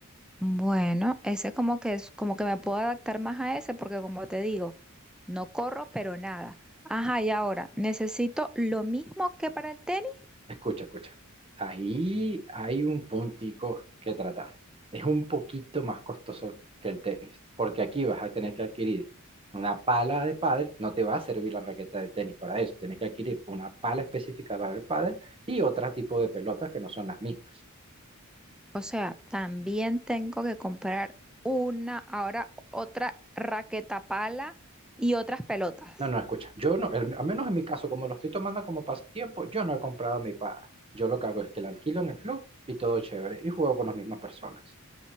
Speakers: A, in the centre; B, on the right.
A: Bueno, ese como que es como que me puedo adaptar más a ese porque como te digo, no corro, pero nada. Ajá, y ahora, ¿necesito lo mismo que para el tenis?
B: Escucha, escucha. Ahí hay un puntico que tratar. Es un poquito más costoso que el tenis, porque aquí vas a tener que adquirir una pala de pádel. No te va a servir la raqueta de tenis para eso. Tienes que adquirir una pala específica para el pádel y otro tipo de pelotas que no son las mismas.
A: O sea, también tengo que comprar una, ahora otra raqueta pala y otras pelotas.
B: No, no, escucha, yo no, el- al menos en mi caso, como lo estoy tomando como pasatiempo, yo no he comprado mi paga. Yo lo que hago es que la alquilo en el club y todo chévere, y juego con las mismas personas.